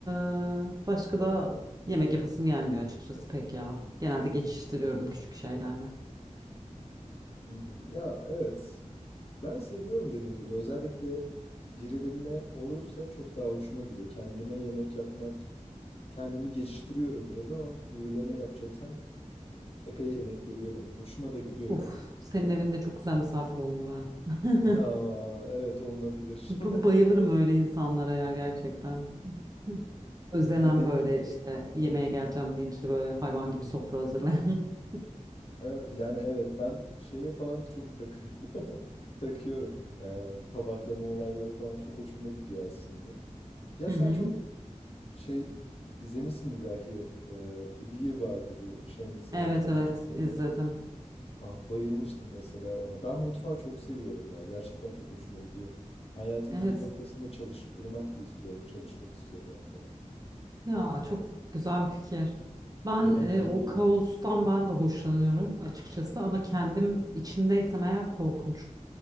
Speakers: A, on the right; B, on the left.
A: e, başka da yemek yapasım gelmiyor açıkçası pek ya. Genelde geçiştiriyorum küçük şeylerle.
B: Hı. Ya evet. Ben seviyorum dediğim gibi. Özellikle birilerine olursa çok daha hoşuma gidiyor. Kendime yemek yapmak, kendimi geçiştiriyorum biraz ama birilerine yapacaksam epey emek veriyorum. Hoşuma da gidiyor
A: Uf,
B: yani. <laughs>
A: senin evinde çok güzel misafir olunur ha. <laughs>
B: Ha, evet olunabilir.
A: Bu-
B: <laughs>
A: Bayılırım öyle insanlara ya gerçekten. <laughs> Özlenen
B: Ya deni
A: böyle işte yemeğe geleceğim deyince böyle hayvan gibi sofra hazırlayan. <laughs>
B: e, yani evet ben şeye falan çok tak <laughs> takıyorum. Ee, tabaklama olayları falan çok hoşuma gidiyor aslında. Ya
A: Hı
B: sen
A: hı.
B: çok şey izlemişsindir belki e, The Bear vardı bu Shameless'te
A: Evet
B: oynayan
A: evet
B: çocuk değil
A: izledim.
B: mi? Ah, bayılmıştım mesela ona. Ben mutfağı çok seviyorum ya. Gerçekten çok hoşuma gidiyor. Hayatımın
A: Evet
B: bir noktasında çalıştırmak da istiyorum. Çalışmak istiyorum hatta.
A: ya çok güzel bir fikir. Ben
B: Eğlenceli
A: e, o
B: geliyor.
A: kaostan ben de hoşlanıyorum açıkçası ama kendim içindeysem eğer korkunç.